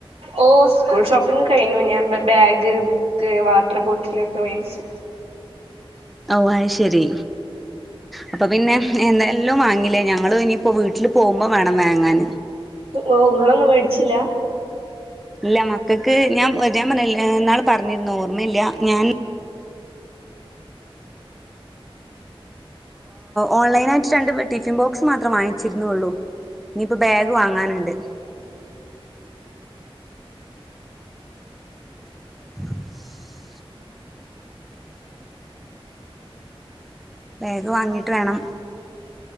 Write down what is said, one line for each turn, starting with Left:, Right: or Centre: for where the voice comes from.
Right: ഓ സ്കൂൾ ഷോപ്പിംഗ് കഴിഞ്ഞു ഞാൻ ബാഗ് ബുക്ക് വാട്ടർ ബോട്ടില ഒക്കെ മേടിച്ചു
Centre: ഓ അ ശെരി അപ്പൊ പിന്നെ എന്തെല്ലും വാങ്ങില്ലേ ഞങ്ങള് ഇനിയിപ്പോ വീട്ടില് പോകുമ്പോ വേണം വാങ്ങാൻ
Right: ഓ ഒങ്ങളൊന്നും മേടിച്ചില്ല
Centre: ഇല്ല മക്കൾക്ക് ഞാൻ ഞൻ പറഞ്ഞ എന്നാൾ പറഞ്ഞിുന്ന ഓർമ്മയില്ല ഞാൻ ഓൺലൈന ആയിട്ട് രണ്ട് ടിഫിൻ ബോക്സ് മാത്രം വാങ്ങിച്ചിരുന്നുള്ളു നീയിപ്പ ബാഗ് വാങ്ങാനുണ്ട് ഉ <unintelligible> വേഗം വാങ്ങിട്ട് വേണം